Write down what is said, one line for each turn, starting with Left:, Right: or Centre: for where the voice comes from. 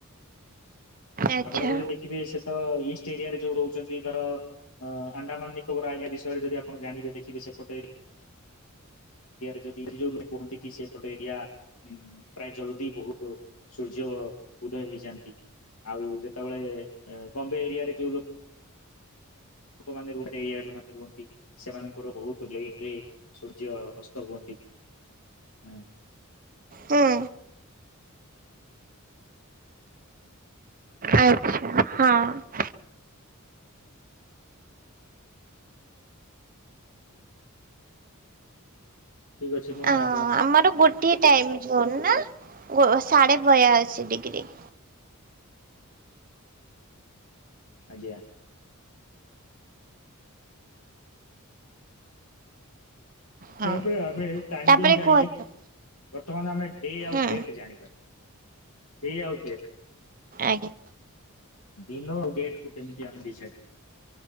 Right: ଆଚ୍ଛା
Left: ଆପଣ ଯଦି ଦେଖିବେ ସେ ତ ଇଷ୍ଟ ଏରିଆରେ ଯୋଉ ରହୁଛନ୍ତି ଧର। ଅ ଆଣ୍ଡାମାନ ନିକୋବର ଆଇଆ ବିଷୟରେ ଯଦି ଆପଣ ଜାଣିବ ଦେଖିବେ ସେପଟେ। ଯଦି ଯୋଉ କୁହନ୍ତି କି ସେ ପଟ ଏରିଆ। ହଁ ପ୍ରାୟ ଜଲଦି ବହୁତ ସୂର୍ଯ୍ୟ ଓ ଉଦୟ ହେଇଯାନ୍ତି। ଆଉ ଯେତେବେଳେ ବମ୍ବେ ଏରିଆରେ ଯୋଉ ଲୋ ଲୋକମାନେ ରୁହ ଟେ ଏଇଆ ଯୋଉମାନେ ରୁହନ୍ତି। ସେମାନଙ୍କର ବହୁତ ଲେଟ ରେ ସୂର୍ଯ୍ୟ ଅସ୍ତ ହୁଅନ୍ତି ହାଁ।
Right: ହଁ। ଆଚ୍ଛା ହଁ।
Left: ଠିକ୍ ଅଛି ମୁଁ
Right: ଅ
Left: ଆ
Right: ଆମର ଗୋଟିଏ ଟାଇମ ଜୋନ୍ ନା ଗୋ ସାଢେ ବୟାଅଶୀ ଡିଗ୍ରୀ।
Left: ଆଜ୍ଞା।
Right: ହଁ
Left: ତା ପରେ ଆମେ ଟାଇମ
Right: ତାପରେ
Left: ଜୋନ୍ ଜାଣିଲେ।
Right: କୁହନ୍ତୁ
Left: ବର୍ତ୍ତମାନ ଆମେ ଡେ ଆଉଡେଟ
Right: ହୁଁ
Left: ଜାଣିବା ଡେ ଆଉ ଡେଟ।
Right: ଆଜ୍ଞା।
Left: ଦିନ ଆଉ ଡେଟ୍ କୁ କେମିତି ଆମେ ଡିସାଇଡ୍